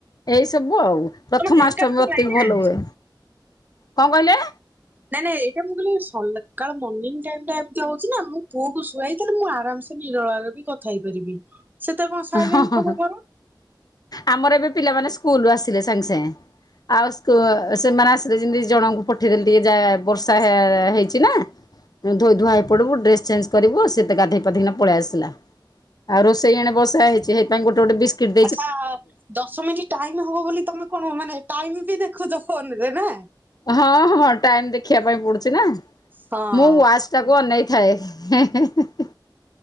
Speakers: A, on the left; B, on the right.
A: ଏଇ ସବୁ ଆଉ ପ୍ରଥମାଷ୍ଟମୀ
B: ତମ ଢେଙ୍କାନାଳ
A: ଅତି
B: ଲାଇନ୍
A: ଭଲ ହୁଏ କଣ କହିଲେ?
B: ନାଇଁ ନାଇଁ ଏଇଟା ମୁଁ କହିଲି ସକାଳ ମର୍ଣ୍ଣିିଂ ଟାଇମ ଟା ଏମିତି ହଉଛି ନା ମୁଁ ପୁଅକୁ ଶୁଆଇ ସେ ମୁଁ ଆରାମସ ନିରଳା ରେ ବି କଥା ହେଇପାରିବି ସେତେବେଳେ କଣ ସାଇଲେଣ୍ଟ
A: ହଁ ହଁ
B: ଥିବ ଘର।
A: ଆମର ଏବେ ପିଲାମାନେ ସ୍କୁଲୁ ଆସିଲେ ସାଙ୍ଗେ ସାଙ୍ଗେ ଆଉ ସେମାନେ ରେ ଯେମିତି ଜଣଙ୍କୁ ପଠେଇଦେଲି ଟିକେ ଯା ବର୍ଷା ହେଇଛି ନା ମୁ ଧୋଇ ଧୁଆ ହୋଇ ପଡ଼ିବୁ ଡ୍ରେସ୍ ଚେଞ୍ଜ କରିବୁ ସେତ ଗାଧୋଇ ପାଧେଇକି ପଳି ଆସିଲା। ଆଉ ରୋଷେଇ ଏଣେ ବସା ହେଇଛି ସେଥି ପାଇଁ ଗୋଟେ ଗୋଟେ ବିସ୍କିଟ
B: ଆଚ୍ଛା ଦଶ ମିନିଟ ଟାଇମ ହବ ବୋଲି ତମେ କଣ ମାନେ ଟାଇମି ବି ଦେଖୁଛ ଫୋନରେ ନା?
A: ହଁ ହଁ ଟାଇମ ଦେଖିବା ପାଇଁ ପଡୁଛି ନା
B: ହଁ
A: ମୁଁ ୱାଚ ଟାକୁ ଅନେଇ ଥାଏ।